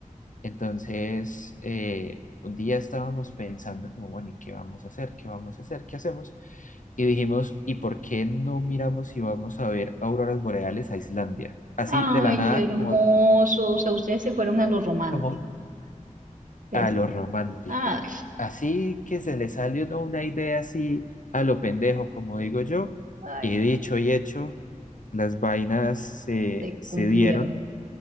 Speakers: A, on the left (about 70°); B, on the right (about 70°).
A: entonces eh, un día estábamos pensando como, bueno, ¿y qué vamos a hacer? ¿Qué vamos a hacer? ¿Qué hacemos? y dijimos, ¿y por qué no miramos si vamos a ver auroras boreales a Islandia? Así
B: Ay,
A: de la nada,
B: hermoso.
A: como,
B: O sea, ustedes se fueron a lo romántico.
A: como
B: Ustedes
A: a
B: se-
A: lo romántico.
B: Ay,
A: Así que se le salió ¿no? una idea así a lo pendejo, como digo yo,
B: ay,
A: y dicho y hecho, las vainas se,
B: te
A: se
B: cumplieron.
A: dieron,